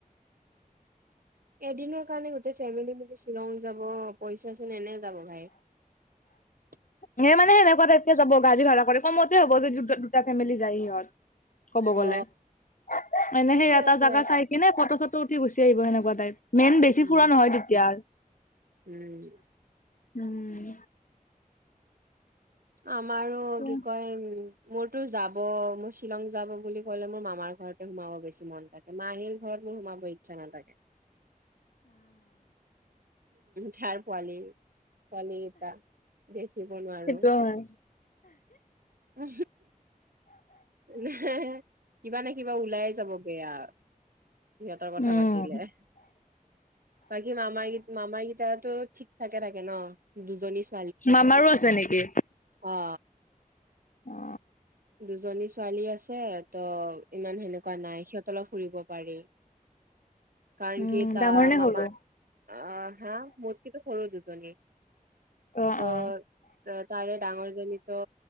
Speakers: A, on the right (about 80°); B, on the left (about 65°).
A: এদিনৰ কাৰণে গোটেই ফেমিলি মিলি শ্বিলং যাব পইচাচোন এনে যাব ভাই
B: সে মানে সেনেকুৱা টাইতে যাব গাড়ী ভাড়া কৰি কমতে হ'ব। যদি দু-দুটা ফেমিলি যায় সিহঁত। কব
A: অ
B: গ'লে, অ',
A: ঠিকে
B: সেই এটা
A: আছে
B: জাগা চাই কিনে ফটো-চটো উঠি গুচি আহিব সেনেকুৱা টাইপ। মেইন বেছি
A: উম
B: ফুৰা নহয়, তেতিয়া আৰ
A: উম।
B: উম।
A: উ আমাৰো
B: উম
A: কি কয়। মোৰতো যাব মোৰ শ্বিলং যাব বুলি ক'লে মোৰ মামাৰ ঘৰতে সোমাব বেছি মন থাকে মাহীৰ ঘৰত মোৰ সোমাব ইচ্ছা নাথাকে। ধাৰ পোৱালি। পোৱালিকেইটা বেচিব নোৱাৰো।
B: সেইটো হয়
A: হে হেউ নাই, কিবা না কিবা ওলাইে যাব বেয়া। সিহঁতৰ কথা
B: উম
A: পাতিলেহ বাকী মামাৰ কিত মামাৰ কিতাৰতু ঠিক-ঠাকে থাকে ন', দুজনী ছো- -
B: মামাৰো আছে নেকি?
A: অ
B: অ
A: দুজনী ছোৱালী আছে ত' ইমান সেনেকুৱা নাই সিহঁত অলপ ফুৰিব পাৰি। কাৰণ
B: উম
A: কি তাৰ
B: ডাঙৰ নে
A: মামাৰ
B: সৰু
A: অ', হা মোতকেতু সৰু দুজনি
B: অ
A: ত'
B: অ
A: এ তাৰে ডাঙৰজনীতো